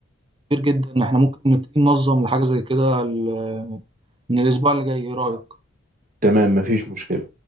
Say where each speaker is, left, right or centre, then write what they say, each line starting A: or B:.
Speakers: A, on the right; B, on the right.
A: كتير جدا احنا ممكن نبتدي ننظم لحاجة زي كده ال- من الأسبوع اللي جاي ايه رأيك؟
B: تمام مفيش مشكله